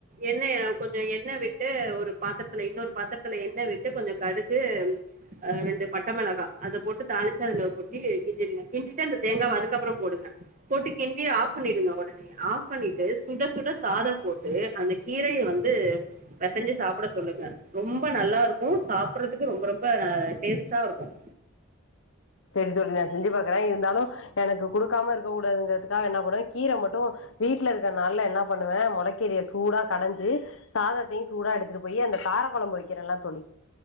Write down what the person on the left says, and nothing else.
செரி தோழி நான் செஞ்சு பாக்குறேன் இருந்தாலும் எனக்கு குடு க்காம இருக்க கூடதுங்கதுக்காக என்னபன்னேன் கீர மட்டு வீட்ல இருக்கனால என்ன பண்ணுவேன் மொளைக்கீரிய சூடா கடைஞ்சு சாதத்தையும் சூடா எடுத்துட்டு போயி அந்த கார குழம்பு வைக்கிறேன்ல்ல தோழி